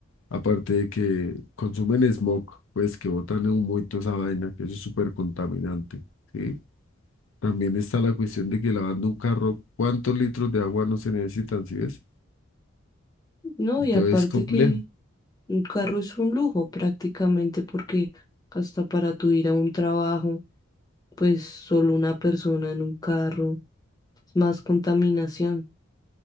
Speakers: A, on the left; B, on the left.
A: aparte de que consumen smog, pues que botan humo y toda esa vaina, que eso es súper contaminante, ¿sí? También está la cuestión de que lavando un carro, ¿cuántos litros de agua no se necesitan, sí ves?
B: No,
A: Entonces
B: y aparte
A: es complejo.
B: que un carro es un lujo prácticamente porque hasta para tu ir a un trabajo pues solo una persona en un carro, es más contaminación.